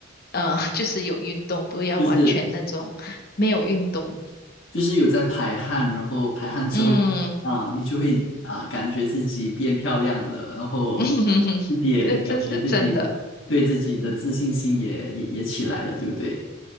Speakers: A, on the left; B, on the left.
A: 呃 <laughs> 就是有运动，不要完全那种没有运动。
B: 就是就是有在排汗，然后排汗之后
A: 嗯。
B: 啊，你就会啊感觉自己变漂亮了，然后
A: <laughs> 嗯哼哼，
B: 自己也感觉自己
A: 这这是真的，
B: 对自己的自信心也也也起来了，对不对？